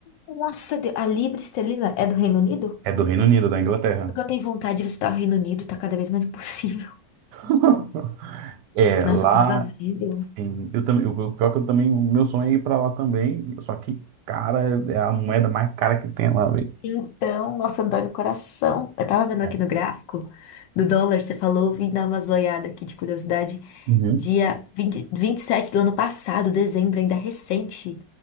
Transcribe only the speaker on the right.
É do Reino Unido, da Inglaterra.
<laughs> É,
lá,
em- eu também, o pior que eu também, o meu sonho é ir pra lá também, só que, cara, é a moeda mais cara que tem lá, velho.
É,
Uhum.